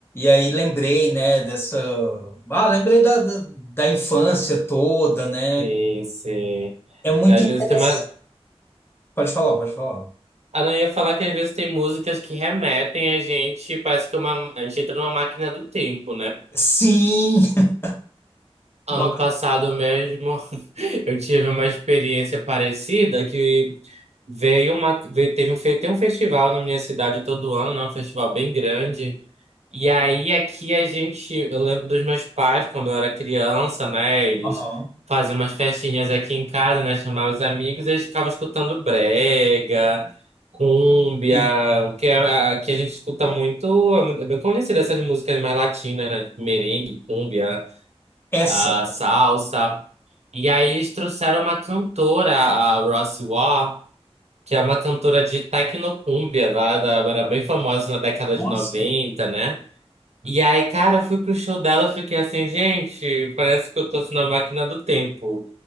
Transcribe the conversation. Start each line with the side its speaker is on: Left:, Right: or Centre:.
Left: aí lembrei, né, dessa. Ah, lembrei da, da, da infância toda, né?
Right: Sim, sim.
Left: É muito
Right: Às
Left: interessante.
Right: vezes tem uma...
Left: Pode falar, pode falar.
Right: Ah, não, eu ia falar que às vezes tem músicas que remetem a gente, parece que uma... a gente entra numa máquina do tempo, né?
Left: Sim! <laughs>
Right: Ano
Left: Ma-
Right: passado mesmo, <laughs> eu tive uma experiência parecida que veio uma... veio- Teve um... fe- Tem um festival na minha cidade todo ano, né? Um festival bem grande. E aí aqui a gente, eu lembro dos meus pais quando eu era criança, né? Eles
Left: Aham.
Right: faziam umas festinhas aqui em casa, né? Chamavam os amigos, eles ficavam escutando brega, cúmbia,
Left: Sim.
Right: que, é- que a gente escuta muito, é muito- é bem conhecida essas músicas mais latinas, né? tipo Merengue, cúmbia,
Left: Essa.
Right: a salsa. E aí eles trouxeram uma cantora, a Rossi Waugh, que é uma cantora de tecnocúmbia, lá da, era bem famosa na década
Left: Nossa!
Right: de noventa né? E aí, cara, eu fui pro show dela, fiquei assim, gente, parece que eu tô assim, na máquina do tempo.